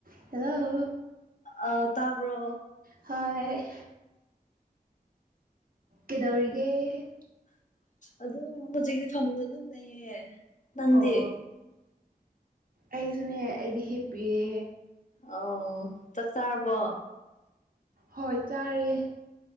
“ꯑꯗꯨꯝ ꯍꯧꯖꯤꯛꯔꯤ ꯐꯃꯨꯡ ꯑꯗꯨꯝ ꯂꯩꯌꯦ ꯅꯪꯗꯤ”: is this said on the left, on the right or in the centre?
Left